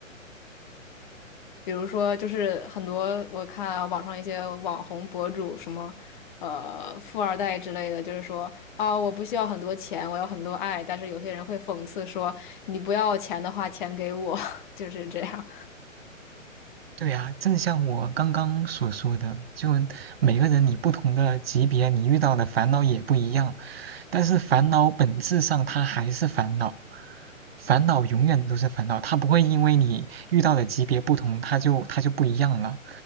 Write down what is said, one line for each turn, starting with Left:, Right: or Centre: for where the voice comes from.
Left: 比如说，就是很多我看网上一些网红博主，什么呃富二代之类的，就是说啊，我不需要很多钱，我要很多爱。但是有些人会讽刺说，你不要钱的话，钱给我，<laughs> 就是这样。
Right: 对呀，正像我刚刚所说的，就每个人你不同的级别，你遇到的烦恼也不一样，但是烦恼本质上它还是烦恼。烦恼永远都是烦恼，它不会因为你遇到的级别不同，它就它就不一样了。